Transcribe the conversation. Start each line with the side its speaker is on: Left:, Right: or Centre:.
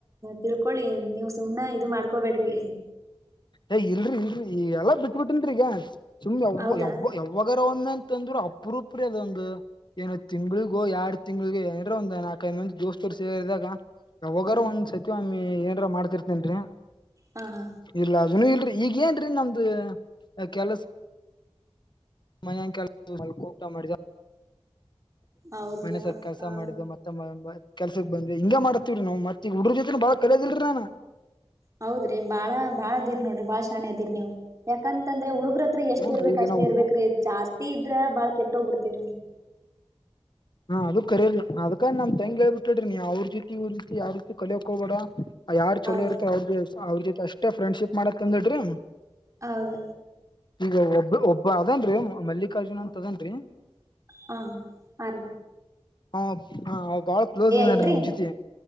Right: ತಿಳ್ಕೊಳ್ಳಿ ನೀವು ಸುಮ್ನೆ ಇದು ಮಾಡ್ಕೊಬೇಕೇ ರಿ
Left: ಏ ಇಲ್ರರಿ ಇಲ್ರರಿ ಈ ಎಲ್ಲಾ ಬಿಟ್ಬಿಟ್ಟನ್ರಿ ಈಗ ಸುಮ್
Right: ಹೌದಾ
Left: ಯ ಯಾವಾಗ ಒಂದ ಅಂತ ಅಂದ್ರರು ಅಪರೂಪ್ರ ಅದ ಒಂದು ಏನ ತಿಂಗ್ಳಿಗೋ ಎರಡು ತಿಂಗಳಿಗೋ ಏನರ ಒಂದು ನಾಕ ದೋಸ್ತರು ಸೇರಿದಾಗ ಯಾವಾಗಾರ
Right: ಹ ಹ
Left: ಒಂದ್ ಸತಿ ಒಮ್ಮ ಏನಾರ ಮಾಡ್ತಿರ್ತೇನ್ರಿ
Right: ಹಾ ಹಾ
Left: ಇಲ್ಲ ಅದನು ಇಲ್ರರಿ ಈಗ ಏನ್ರೀ ನಮ್ದು ಕೆಲಸ ಮನನ್ <unintelligible> ಕೆಸ <unintelligible> ಕೋಟ ಮಾಡಿದ.
Right: ಹೌದ್ರಿ
Left: ಮನೆ ಸ್ವಲ್ಪ ಕೆಲ್ಸ
Right: ಹ
Left: ಮಾಡಿದ ಮತ್ತೆ ಕೆಲ್ಸಕ್ ಬಂದ್ರಿ ಹಿಂಗ ಮಾಡತತಿವ್ರೀ ನಾ್ ಮತ್ತ ಈ ಹುಡ್ರ ಜೊತೆನ ಬಾಳ ಕಲಿಯೋದಲ್ರರಿ ನಾ.
Right: ಹೌದ್ರಿ ಬಾಳ ಬಾಳ ಅದಿರಿ ನೋಡ್ರಿ ಬಾಳ ಶಾಣೆ ಅದಿರಿ ನೀವು ಯಾಕಂತಂದ್ರೆ ಹುಡುಗ್ರತ್ರ ಎಷ್ಟ
Left: ಹ್ಞೂನ್ರಿ
Right: ಇರ್ಬೇಕ್
Left: ಈಗ
Right: ಅಷ್ಟೇ
Left: ನಾವು
Right: ಇರ್ಬೇಕ್ರೀ
Left: ಹುಡು
Right: ಜಾಸ್ತಿ ಇದ್ರ ಬಾಳ ಕೆಟ್ಟೋಗ್ಬ ಬಿಡ್ತವರಿನಿನ್ <inaudible>
Left: ಹಾ ಅದು ಕರಿರಿ ಅದಕ ನಮ್ ತಂಗ ಹೇಳ್ಬಟ್ಲು ಬಿಟ್ಟಡ್ರಿ ನೀ ಅವ್ರ ಜೊತಿ ಇ್ರ ರೀತಿ ಯಾವ ರೀತಿ ಕಲಿಯೋಕ ಹಬೇಡ ಯಾರ್ ಚಲೋ
Right: ಹೌದ್
Left: ಇರ್ತ್ತ ಅವ್ರಗೆ ಅವ್ರ ಜೊತೆ ಅಷ್ಟೇ ಫ್ರೆಂಡ್ಶಿಪ್ ಮಾಡತ್ ಅಂದಿಡ್ರಿ
Right: ಹೌದು
Left: ಈಗ ಒಬ್ಬ ಒಬ್ಬ ಅದೇನ್ರಿ ಮಲ್ಲಿಕಾರ್ಜುನ್ ಅಂತ ಅದೇನ್ರಿ
Right: ಹಾ ಆರಿ
Left: ಹ ಹಾ ಅವ ಬಾಳ ಕ್ಲೋಸ್ ಅದನ್ರೀ
Right: ಏನ್ರೀ
Left: ನಮ ಜೊತೆ